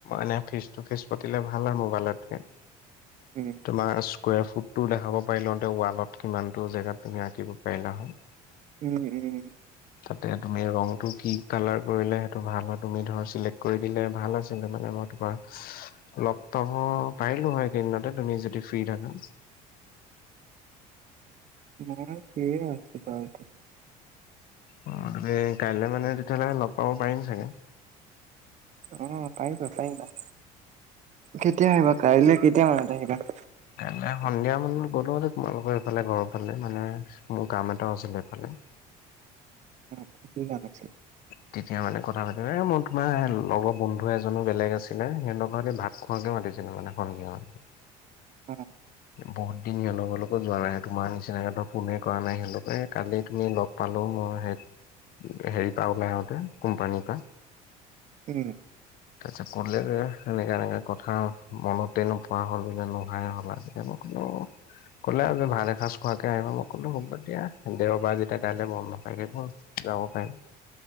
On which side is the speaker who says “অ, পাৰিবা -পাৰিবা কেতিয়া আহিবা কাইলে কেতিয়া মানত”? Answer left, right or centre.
Right